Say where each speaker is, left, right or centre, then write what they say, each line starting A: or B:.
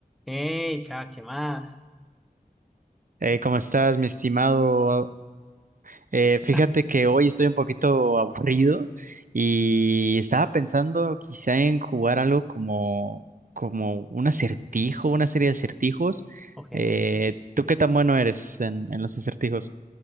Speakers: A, in the centre; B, on the right (about 60°).
A: Hey, ya, ¿qué más?
B: Eh, ¿cómo estás, mi estimado? Eh, fíjate
A: <laughs>
B: que hoy estoy un poquito aburrido y estaba pensando quizá en jugar algo como, como un acertijo, una serie de acertijos.
A: Ok.
B: Eh, ¿tú qué tan bueno eres en, en los acertijos?